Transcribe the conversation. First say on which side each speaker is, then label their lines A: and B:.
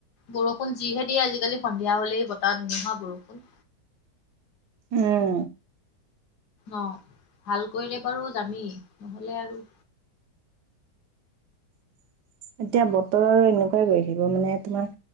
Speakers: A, on the left (about 70°); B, on the right (about 75°).
A: বৰষুণ যিহে দিয়ে আজিকালি সন্ধিয়া হলেই বতাহ, ধুমুহা, বৰষুণ
B: উম
A: অ ভাল কৰিলে বাৰু যামেই নহলে আৰু
B: এতিয়া বতৰ আৰু এনেকুৱাই কৰি আহিব মানে তোমাৰ